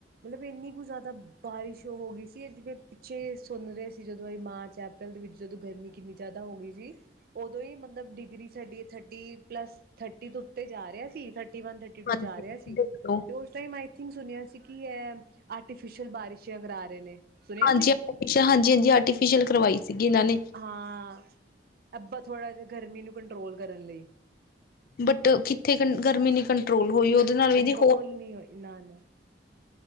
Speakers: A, on the right; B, on the left.
A: ਮਤਲਬ ਇੰਨੀ ਕੁ ਜਿਆਦਾ ਬਾਰਿਸ਼ ਹੋਗੀ ਸੀ ਏ ਜਿਵੇਂ ਪਿੱਛੇ ਸੁਣ ਰੇ ਸੀ ਜਦੋਂ ਏ ਮਾਰਚ ਆ ਪ੍ਰੈਲ ਦੇ ਵਿੱਚ ਜਦੋਂ ਗਰਮੀ ਕਿੰਨੀ ਜਿਆਦਾ ਹੋਗੀ ਜੀ। ਉਦੋਂ ਈ ਮਤਲਬ ਡਿਗਰੀ ਸਾਡੀ ਥਰਟੀ ਪਲੱਸ ਥਰਟੀ ਤੋਂ ਉੱਤੇ ਜਾ ਰੇਆ ਸੀ thirty one thirty two
B: ਹਾਂਜੀ
A: ਜਾ ਰੇਆ ਸੀ
B: ਦੇਖੋ
A: ਤੇ ਉਸ ਟਾਇਮ ਆਈਥਿੰਕ ਸੁਣਿਆ ਸੀ ਕਿ ਐ ਆਰਟੀਫਿਸ਼ਲ ਬਾਰਿਸ਼ਾਂ ਕਰਾ ਰੇ ਨੇ। ਸੁਣਿਆ
B: ਹਾਂਜੀ,
A: ਸੀ
B: ਹਾਂਜੀ-ਹਾਂਜੀ ਆਰਟੀਫਿਸ਼ਲ ਕਰਵਾਈ ਸੀਗੀ ਇਨਾਂ ਨੇ।
A: ਹਾਂ, ਅੱਬਾ ਥੋੜਾ ਜਾ ਗਰਮੀ ਨੂੰ ਕੰਟਰੋਲ ਕਰਨ ਲਈ।
B: ਬਟ ਕਿੱਥੇ‌ ਕੰ ਗਰਮੀ ਨੀ ਕੰ ਟਰੋਲ ਹੋਈ ਉਦੇ ਨਾਲ ਵੀ
A: ਕੰਟਰੋਲ
B: ਜੀ ਹੋ
A: ਨਹੀਂ ਹੋਈ ਨਾ ਨਾ